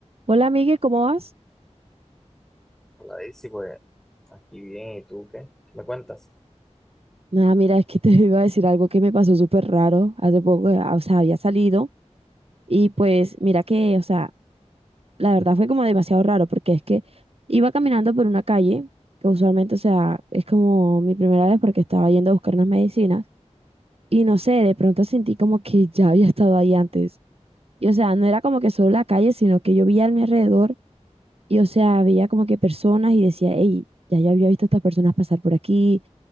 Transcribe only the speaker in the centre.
Hola Daisy, pues aquí bien, ¿y tú qué? ¿Qué me cuentas?